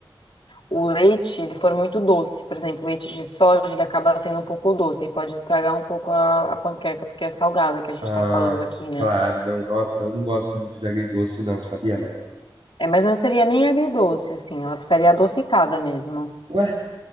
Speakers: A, on the left; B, on the right.
A: o leite ele for muito doce. Por exemplo, o leite de soja ele acaba sendo um pouco doce e pode estragar um pouco a, a panqueca, porque é salgada que a gente
B: Ah,
A: está falando aqui, né?
B: claro, não. Nossa, eu não gosto muito de agridoce, não, sabia, Maia?
A: É, mas não seria nem agridoce, assim, ela ficaria adocicada mesmo.
B: Ué?